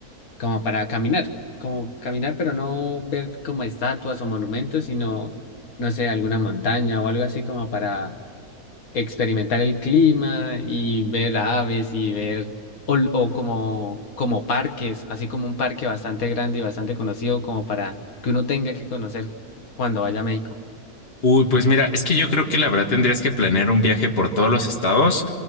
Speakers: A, on the left (about 65°); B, on the left (about 40°).
A: como para caminar, como caminar, pero no ver como estatuas o monumentos, sino, no sé, alguna montaña o algo así como para experimentar el clima y ver aves y ver, o, o como, como parques, así como un parque bastante grande y bastante conocido, como para que uno tenga que conocer cuando vaya a México.
B: Uy, pues mira, es que yo creo que la verdad tendrías que planear un viaje por todos los estados,